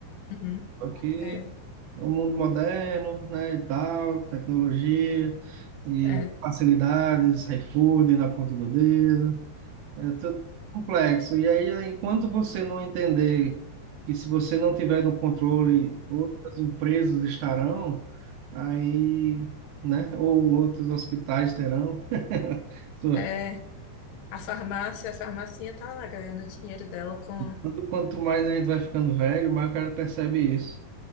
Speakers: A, on the left; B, on the right.
A: Uhum.
B: Porque
A: É,
B: o mundo moderno, né, e tal, tecnologia e
A: é,
B: facilidades, iFood na ponta do dedo, é tudo complexo. E aí, enquanto você não entender que se você não tiver no controle, outras empresas estarão, aí, né, ou outros hospitais terão. <laughs> Sua-
A: é, é. A farmácia, a farmacinha tá lá ganhando dinheiro dela com
B: Quanto quanto mais a gente vai ficando velho, mais o cara percebe isso.